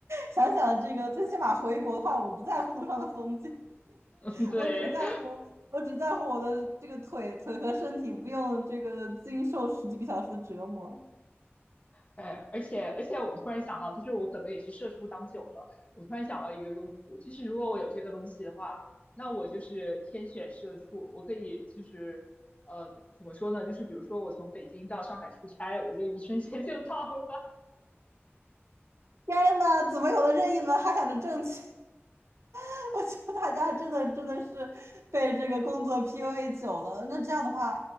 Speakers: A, on the right (about 85°); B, on the left (about 30°).
A: 想想这个，最起码回国的话，我不在乎路上的风景，
B: <laughs>
A: <laughs>
B: 对。
A: 我只在乎我只在乎我的这个腿腿和身体，不用这个经受十几个小时的折磨。
B: 哎，而且而且，我突然想到，就是我可能也是社畜当久了，我突然想到一个用途，就是如果我有这个东西的话，那我就是天选社畜，我可以就是呃，怎么说呢？就是比如说我从北京到上海出差，我就一瞬间就到了。
A: 天呐，怎么有的任意门还喊着挣钱？<laughs> 我觉得大家真的真的是被这个工作 PUA 久了。那这样的话，